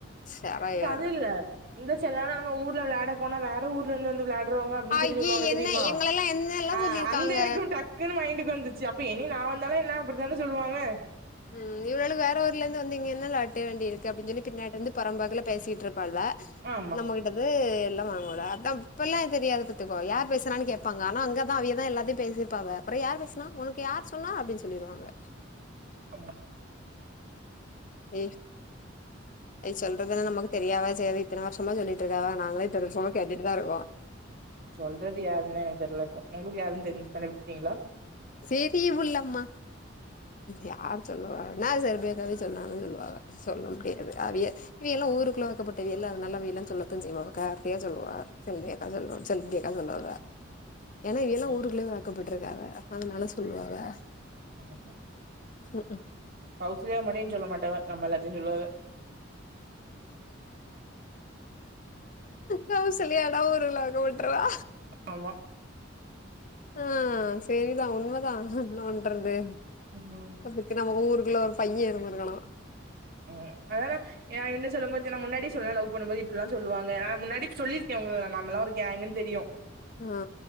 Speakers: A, on the left; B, on the right.
A: செரையாரு
B: எனக்கு அது இல்ல இந்த செலநேரோ நம்ம ஊர்ல வெளாட போனா வேற ஊர்லந்து வந்து வெளாட்ரோங்க அப்டின்
A: ஐயி
B: சொல்லி சொல்வாங்க
A: என்ன
B: தெரிமா
A: எங்களெல்லா என்னெல்லா
B: ஆ
A: சொல்லிருக்காங்க
B: அந்த எனக்கு டக் குனு மைண்டுக்கு வந்துச்சு அப்ப இனி நா வந்தாலு என்ன அப்டிதான சொல்வாங்க
A: ம் இவளுக வேற ஊர்லந்து வந்து இங்கென்ன ளாட்டுவேண்டி இருக்கு அப்டின் சொல்லி பின்னாடிந்து பொறம்பாக்குல பேசிட்ருப்பாள்வ
B: ஆமா
A: நம்ம கிட் டது இல்லவாங்கோள அதா இப்பல்லா தெரியாது பாத்துக்கோ யார் பேசுனானு கேப்பாங்க ஆனா அங்கதா அவியதா எல்லாத்தையு பேசி ப்பாவ அப்றோ யார் பேசுனா ஒன்க்கு யார் சொன்னா அப்டின் சொல்லிருவாங்க
B: ஆமா
A: பே அவிய சொல்றதெல்லா நமக்கு தெரியாமயா சேரி இத்தன வர்ஷமா சொல்லிட்ருக்காவ நாங்ளே இத்தன வர்ஷமா கேட்டுட்டு தாருக்கோ
B: சொல்றது யாருன் தா எனக்கு தெர்லக்கு உங்களுக்கு யாருனு தெரிஞ்சு கண்டுபுடிச்சிட்டீங்ளா
A: செரி உள்ளம்மா யார் சொல்லுவா நா செல்வி அக்காவே சொன்னாலு சொல்லுவாவ சொல்ல முடியாது அவிய இவியல்லா ஊருக்குள்ள வாக்கப்பட்டவையல அதனால அவியல்லா சொல்லத்தா செய்வாவ கார்த்திகா சொல்லுவா செல்வி அக்கா சொல்லு செல்வி அக்கா சொல்லாதா ஏனா இவியலா
B: ம்
A: ஊருக்குள்ளே வாக்கபட்ருக்காவ அதனால சொல்வாவ
B: ஆமா
A: ம்க்ம்
B: கௌசல்யா மடின் சொல்ல மாட்டாவ நம்ம எல்லாத்தையு சொல்லுவாவ
A: கௌசல்யான்னா உருவாக்கப்பட்ருவா
B: ஆமா
A: ஆ சேரிதா உண்ம தா என்ன பண்றது
B: ம்
A: அதுக்கு நம்ம ஊருக்குள்ள ஒரு பைய இருந்துருக்கணு
B: ம் அதா நா ஏ என்ன சொல்லுவ பாத்தீன்னா முன்னாடி சொன்ன லவ் பண்ணும்போது இப்டில்லா சொல்வாங்க நா முன்னாடி சொல்லிருக்கே உங்கள நாமல்லா ஒரு கேங்குன் தெரியு
A: ஆ